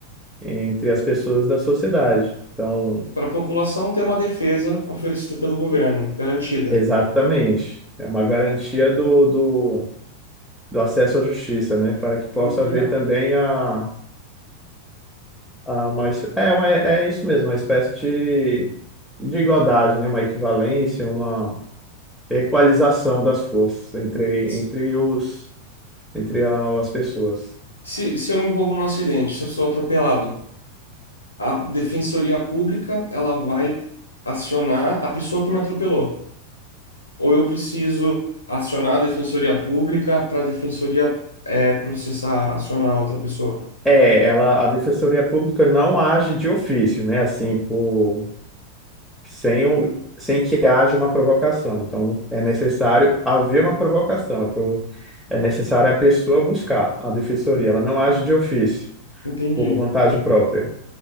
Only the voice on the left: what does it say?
Para a população ter uma defesa oferecida pelo governo,
garantida.
Muito
legal.
Se,
se eu me envolvo num acidente, se eu sou atropelado, a defensoria pública ela vai acionar a pessoa que me atropelou. Ou eu preciso acionar a defensoria pública para a defensoria eh, processar, acionar outra pessoa.
Entendi,